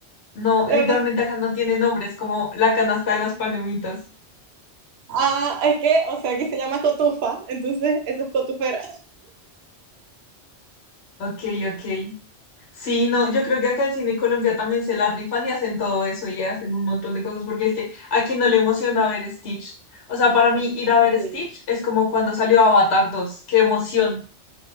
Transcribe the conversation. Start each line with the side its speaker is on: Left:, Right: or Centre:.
Left: No,
Right: Lo
Left: literalmente
Right: que pasa-
Left: acá no tiene nombre, es como la canasta de las palomitas.
Right: ah, es que, o sea, aquí se llama cotufa, entonces eso es cotufera.
Left: Ok, ok. Sí, no, yo creo que acá en Cine Colombia también se la rifan y hacen todo eso y hacen un montón de cosas porque es que aquí no le emociona ver Stitch. O sea, para mí ir a ver
Right: Sí,
Left: Stitch es como cuando salió Avatar dos, qué emoción.